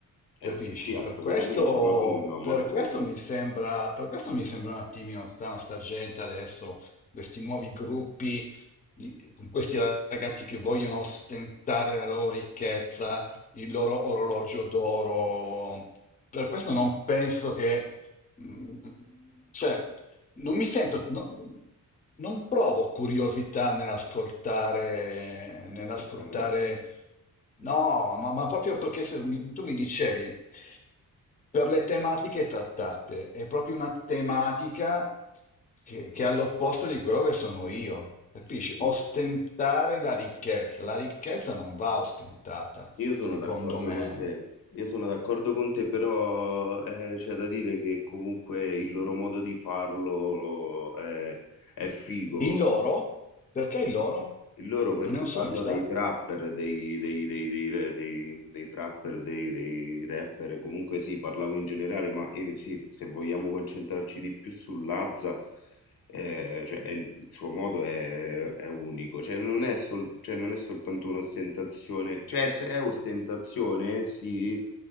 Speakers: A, on the left; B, on the left.
A: Eh
B: capisci?
A: sì, sì, assolutamente,
B: Per questo,
A: ma come no, ma
B: per
A: come
B: questo
A: no?
B: mi sembra, per questo mi sembra un attimino strano sta gente adesso, questi nuovi gruppi di- con questi ragazzi che vogliono ostentare la loro ricchezza, il loro orologio d'oro. Per questo non penso che, mm, cioè, non mi sento, no- non provo curiosità nell'ascoltare, nell'ascoltare,
A: Questa...
B: no, ma, ma proprio perché se mi- tu mi dicevi per le tematiche trattate. È proprio una tematica che, che è all'opposto di quello che sono io. Capisci?
A: Sì, sì.
B: Ostentare la ricchezza. La ricchezza non va ostentata,
A: Io sono
B: secondo
A: d'accordo
B: me.
A: con te. Io sono d'accordo con te, però eh, c'è da dire che comunque il loro modo di farlo è, è figo.
B: Il loro? Perché il loro?
A: Il loro perché
B: Non è un
A: parlo
B: solista?
A: dei trapper, dei, dei, dei, dei, dei- dei trapper, dei, dei rapper, comunque sì, parlavo in generale, ma eh, sì, se vogliamo concentrarci di più sull'Azza, eh, cioè, è il il suo modo è, è unico, cioè non è, sol- cioè, non è soltanto un'ostentazione, cioè se è ostentazione sì,